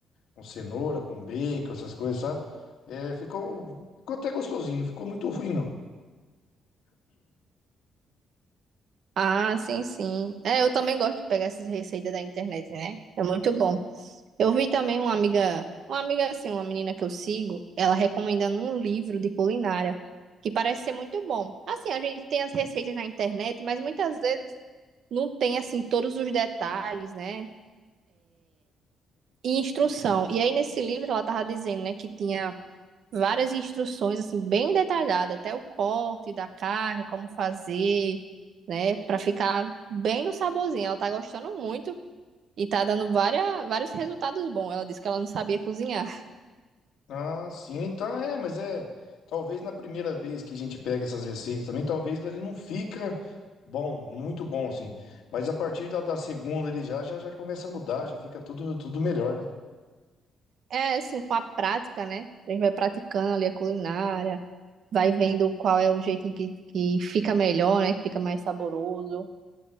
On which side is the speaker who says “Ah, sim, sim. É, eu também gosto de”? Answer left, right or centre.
Right